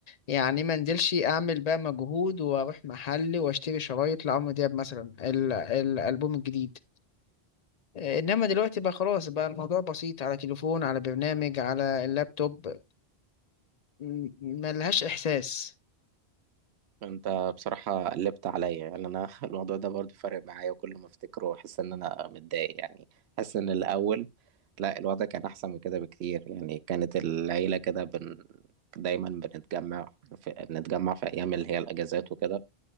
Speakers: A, on the left; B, on the right.
A: يعني ما انزلش اعمل بقى مجهود واروح محل واشتري شرايط لعمرو دياب مثلا ال- الالبوم الجديد انما دلوقتي بقى خلاص بقى الموضوع بسيط على تليفون على برنامج على اللابتوب م- ملهاش احساس
B: انت بصراحة قلبت عليا يعني انا <laughs> الموضوع ده برضو فارق معايا وكل ما افتكره احس ان انا متضايق يعني احس ان الاول لا الوضع كان احسن من كده بكتير يعني كانت العيلة كده بن... دايما بنتجمع في... نتجمع في ايام اللي هي الاجازات وكده